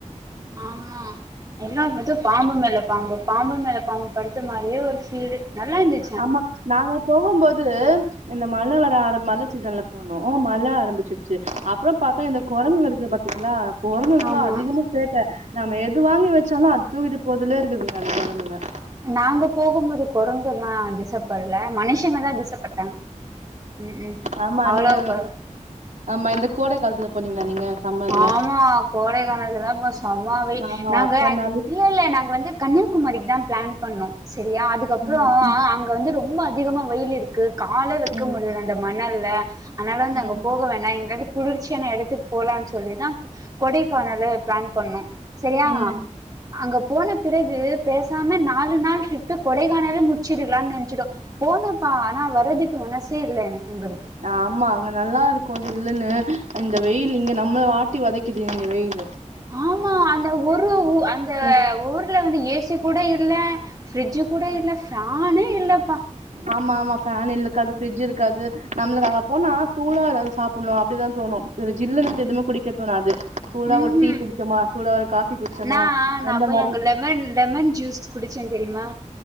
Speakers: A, on the right; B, on the right.
A: ஆமா எல்லா வந்து பாம்பு மேல பாம்பு பாம்பு மேல பாம்பு படுத்து மாரியே ஒரு ஃபீலிங் நல்லா இந்துச்
B: ஆமா நாங்க போகும்போது இந்த மழ வர ஆர மல சிசன்ல போனோ ஓ மழ ஆரம்பிச்சிருச்சு அப்புறம் பாத்தா இந்த கொரங்குங்க இருக்கு பாத்தீங்ளா கொரங்குங்கல்லா
A: ஆமா
B: அதிகமா சேட்ட நம்ம எது வாங்கி வெச்சாலு அது தூக்கிட்டு போறதிலேயே இருக்குதுங்க அந்த கொரங்குங்க
A: நாங்க போகும்போது கொரங்குல்லா திசப்படல மனுஷங்க தா திசப்பட்டாங்க ம் ம்
B: ஆமா
A: அவ்வளவு
B: நீங்க ஆமா இந்த கோடை காலத்துல போனீங்களா நீங்க சம்மர்ல
A: ஆமா கோடைகாலத்துல ம்மா சமம்மா வெயி
B: ஆமா
A: நாங்க
B: அப்போ
A: அ
B: நல்
A: இல்ல இல்ல நாங்க வந்து கன்னியாகுமரிக்கு தா பிளான் பண்ணோ சரியா அதுக்கப்புறோ
B: ம்
A: ஆ
B: ம்
A: அங் அங்க வந்து ரொம்ப அதிகமா வெயில் இருக் கால வக்க
B: ம்
A: முடியல அன்ட மணல்ல அனால நாங்க
B: ம்
A: போக வேனா இங்கிருந்து குளிர்ச்சியான எடத்துக்கு போலாம்னு சொல்லிதா கொடைகானல் பிளான் பண்ணோ செரியா
B: ம்
A: அங்க போன பிறகு பேசாம நாலு நாள் ஷிஃப்ட்டு கொடைக்கானவே முட்ச்சிடலான்னு நென்ச்சிடோ போனும்ப்பா ஆனா வரறதுக்கு மனசே இல்லை என எங்களுக்கு
B: ஆமா அங்க நல்லா இருக்கு சில்ல்லுன்னு இங்க வெயில் இங்க நம்மள வாட்டி வதைக்குது இங்க வெயில்
A: ஆமா அந்த ஒரு அந்த
B: ஒ-
A: ஊர்ல வந்து ஏசி கூட இல்ல பிரிட்ஜ் கூட இல்ல ஃபேனே இல்லப்பா
B: ஆமா ஆமா ஃபேன் இலுக்காது பிரிட்ஜ் இருக்காது நம்மளுக்கு அங்க போனா சூடா எதாவ்து சாப்புண்ணு அப்டிதா தோணு ஒரு ஜில்லுனு எதுவுமே குடிக்க தோணாது சூடா
A: ம்
B: ஒரு டீ
A: ம்
B: குடிச்சோமா சூடா ஒரு காபி குட்ச்சோமா
A: நா நா
B: அந்த
A: போய்
B: மாரி
A: அங்க லெமன் லெமன் ஜூஸ் புடிச்சே தெரியுமா